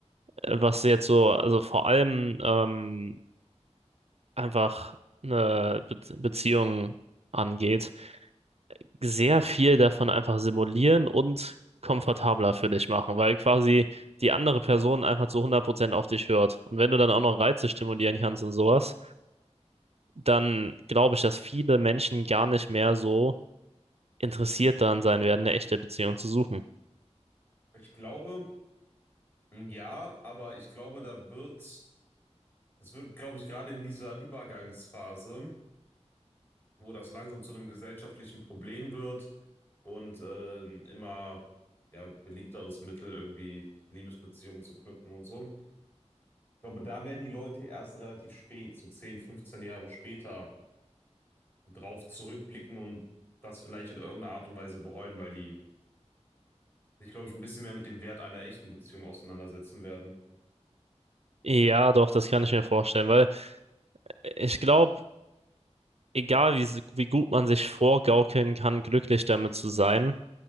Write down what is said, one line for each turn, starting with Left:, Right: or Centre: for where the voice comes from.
Right: äh, was jetzt so, also vor allem ähm, einfach eine Be Beziehung angeht, sehr viel davon einfach simulieren und komfortabler für dich machen, weil quasi die andere Person einfach zu hundert Prozent auf dich hört. Und wenn du dann auch noch Reize stimulieren kannst und sowas, dann glaube ich, dass viele Menschen gar nicht mehr so interessiert daran sein werden, eine echte Beziehung zu suchen.
Left: ich glaube, hm, ja, aber ich glaube, da wird, es wird, glaube ich, gerade in dieser Übergangsphase, wo das langsam zu einem gesellschaftlichen Problem wird und äh, ein immer ja, beliebteres Mittel, irgendwie Liebesbeziehungen zu knüpfen und so. Ich glaube, da werden die Leute erst relativ spät, so 10, 15 Jahre später, drauf zurückblicken und das vielleicht in irgendeiner Art und Weise bereuen, weil die sich, glaube ich, ein bisschen mehr mit dem Wert einer echten Beziehung auseinandersetzen werden.
Right: Ja, doch, das kann ich mir vorstellen, weil ich glaube, egal wie, wie gut man sich vorgaukeln kann, glücklich damit zu sein,